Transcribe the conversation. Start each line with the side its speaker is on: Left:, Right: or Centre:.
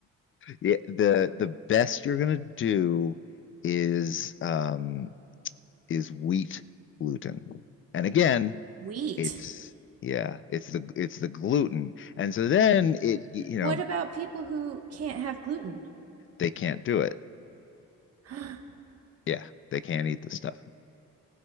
Left: Yeah, the the best you're gonna do is um is wheat gluten. And again,
Right: Wheat.
Left: It's yeah, it's the it's the gluten. And so then it you know,
Right: What about people who can't have gluten?
Left: they can't do it.
Right: <gasps>
Left: Yeah, they can't eat the stuff.